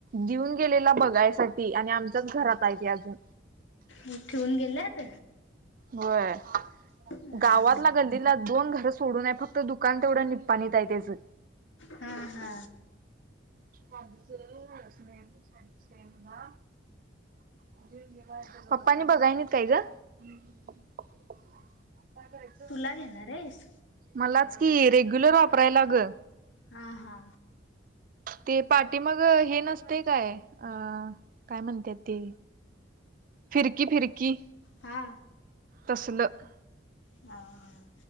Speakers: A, on the right (about 45°); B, on the left (about 75°).
A: देऊन गेलेला बघायसाठी आणि आमच्याच घरात आहे ते अजून.
B: मग ठेऊन गेल्यात?
A: होय
B: हा,
A: गावातला गल्लीला दोन घरं सोडून हाय फक्त दुकान तेवढं निपाणीत आहे त्याचं.
B: हा हा.
A: स्वामीच स्नेहलन <unintelligible> पप्पानी बघाय नाईत काय ग? <unintelligible>
B: तुला देेणार आहेस?
A: मलाच की रेग्युलर वापरायला ग.
B: हा. हा.
A: ते पाठीमागं हे नसतंय काय, अ काय म्हणत्यात ते फिरकी फिरकी
B: हा.
A: तसलं
B: हा हा.